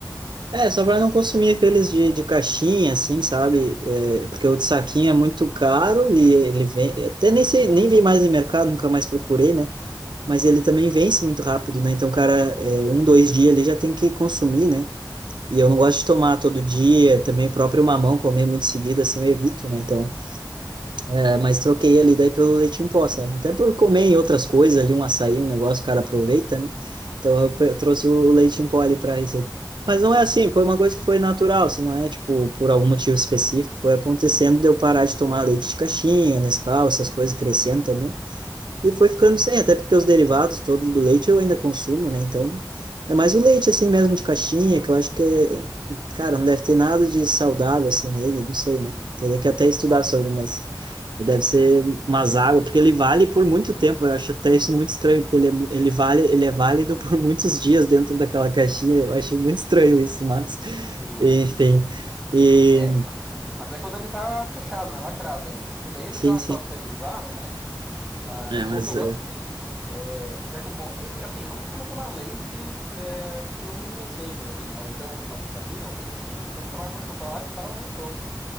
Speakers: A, on the right; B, in the centre.
A: É, só pra não consumir aqueles de, de caixinha, assim, sabe? É, porque o
B: Uhum.
A: de saquinho é muito caro e ele vem. Até nem sei, nem vi mais em mercado, nunca mais procurei, né? Mas ele também vence muito rápido, né? Então, o cara, é, um, dois dias ele já tem que consumir, né? E eu
B: Sim.
A: não gosto de tomar todo dia, também o próprio mamão, comer muito seguido, assim, eu evito, né? Então. É,
B: Uhum.
A: mas troquei ali daí pelo leite em pó, sabe? Até por comer em outras coisas ali, um açaí, um negócio, o cara aproveita, né? Então eu, pe-
B: Sim.
A: eu trouxe o leite em pó ali para receita. Mas não é assim, foi uma coisa que foi natural, se não é, tipo, por algum motivo específico, foi acontecendo de eu parar de tomar leite de caixinha, Nescau, essas coisas crescendo também. E foi
B: Uhum.
A: ficando sem, até porque os derivados todos do leite eu ainda consumo, né? Então, é mais o leite assim mesmo de caixinha, que eu acho que é, cara, não deve ter nada de saudável assim nele, não sei, né? Teria que até estudar
B: Nossa.
A: sobre, mas deve ser umas águas, porque ele vale por muito tempo, eu acho até isso muito estranho, porque ele é, mu- ele vale, ele é válido por muitos dias dentro daquela caixinha, eu acho muito estranho isso, mas
B: Sim.
A: enfim. E
B: É, Mas é quando ele tá fechado, né? Lacrado ainda. Porque daí eles
A: sim,
B: já
A: sim.
B: pasteurizaram, né? Mas
A: É, mas
B: o que eu
A: eh,
B: gosto mesmo é. Já que eu. mo- é- é Assim, eu não costumo tomar leite é, que não seja em receitas, assim, né? Ou então uma vitamina ou coisa assim. Se for pra tomar com chocolate e tal, eu nem tomo.